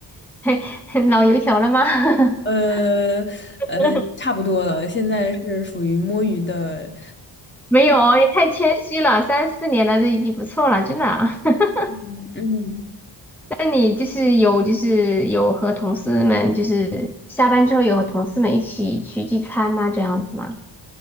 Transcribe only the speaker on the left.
呃呃，
差不多了。现在是属于摸鱼的，
嗯嗯，